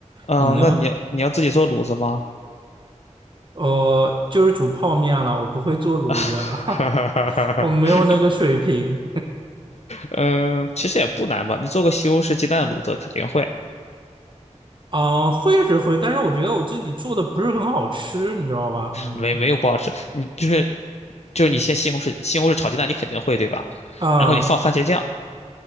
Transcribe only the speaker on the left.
嗯，
那你你要自己做卤子吗？
<laughs> 哈
哈哈哈哈
嗯，其实也不难吧，你做个西红柿鸡蛋卤子肯定会，
没没有不好吃。你就是就是你先西红柿西红柿炒鸡蛋，你肯定会对吧？
然后你放番茄酱。